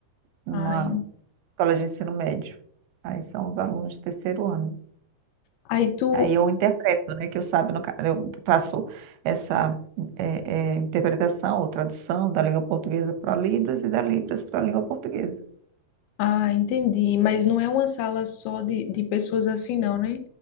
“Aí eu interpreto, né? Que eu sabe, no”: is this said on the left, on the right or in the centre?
Right